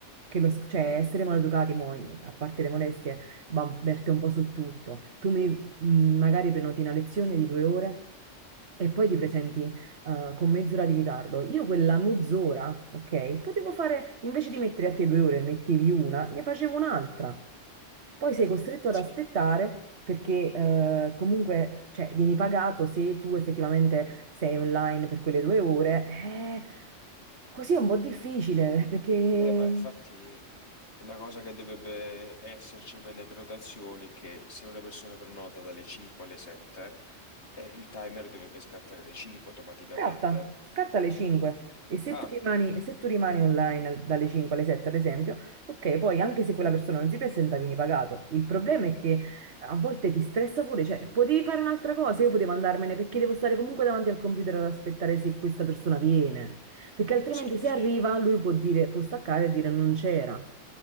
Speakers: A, on the right (about 60°); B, on the left (about 60°).
A: che lo, sc- cioè essere maleducati, mo, eh, a parte le molestie, va, verte un po' su tutto. Tu mi, mh, magari prenoti una lezione di due ore e poi ti presenti eh, con mezz'ora di ritardo. Io quella mezz'ora, ok, potevo fare, invece di mettere a te due ore, mettevi una, ne facevo un'altra. Poi sei costretto ad
B: Sì.
A: aspettare perché eh, comunque, cioè, vieni pagato se tu effettivamente sei online per quelle due ore. Eh, così è un po' difficile, <laughs> perché...
B: Eh, ma infatti. La cosa che dovrebbe esserci per le prenotazioni è che se una persona prenota dalle 5 alle 7, eh, il timer dovrebbe scattare alle 5 automaticamente.
A: Scatta, scatta
B: Perché?
A: alle 5 e se
B: Ah,
A: tu rimani, e se tu rimani online al- dalle 5 alle 7, ad esempio, ok, poi anche se quella persona non si presenta, vieni pagato. Il problema è che a volte ti stressa pure, cioè potevi fare un'altra cosa, io potevo andarmene perché devo stare comunque davanti al computer ad aspettare se questa persona viene, perché altrimenti
B: sì,
A: se
B: sì,
A: arriva lui può dire, può staccare e dire non c'era.